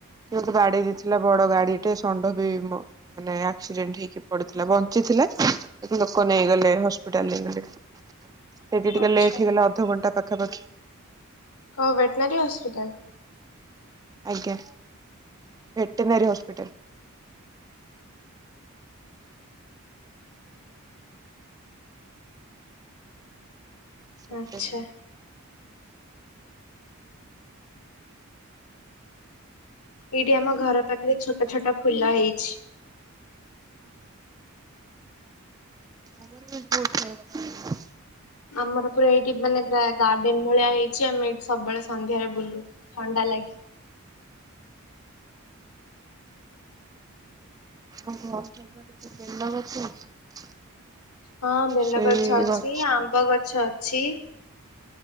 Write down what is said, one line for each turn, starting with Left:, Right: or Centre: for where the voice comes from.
Right: କିଏ ଗୋଟେ ବାଡେଇ ଦେଇଥିଲା ବଡ ଗାଡି ଏଟେ ଷଣ୍ଢ ବି ମ ମାନେ ଆକ୍ସିଡେଣ୍ଟ ହେଇକି ପଡିଥିଲା। ବଞ୍ଚିଥିଲା ସେଠୁ ଲୋକ ନେଇଗଲେ ହସ୍ପିଟାଲ ନେଇଗଲେ। ସେଠି ଟିକେ
Left: ଆଚ୍ଛା
Right: ଲେଟ୍ ହେଇଗଲା ଅଧଘଣ୍ଟା ପାଖାପାଖି।
Left: କ ଭେଟନାରୀ ହସ୍ପିଟାଲ?
Right: ଆଜ୍ଞା ଭେଟିନାରୀ ହସ୍ପିଟାଲ। ଟୋଟାଲି
Left: ଆଚ୍ଛା
Right: ନୁହେଁ।
Left: ଏଇଠି ଆମ ଘର ପାଖରେ ଛୋଟ ଛୋଟ ଫୁଲ ହେଇଛି।
Right: ଆମର ବି ଅଛ ବୋହୁତ ସାରା ଗଛ।
Left: ଆମର ପୁରା ଏଇଠି ମାନେ ଥା ଗାର୍ଡେନ ଭଳିଆ ହେଇଛି ଆମେ ଏଇଠି ସବୁବେଳେ ସନ୍ଧ୍ୟାରେ ବୁଲୁ। ଥଣ୍ଡା ଲାଗେ।
Right: ଆମ ଘର ସାମ୍ନାରେ ବେଲ ଗଛ ଅଛି।
Left: ହଁ ବେଲଗଛ
Right: ସେଇ
Left: ଅଛି
Right: ଗଛ
Left: ଆମ୍ବ ଗଛ ଅଛି।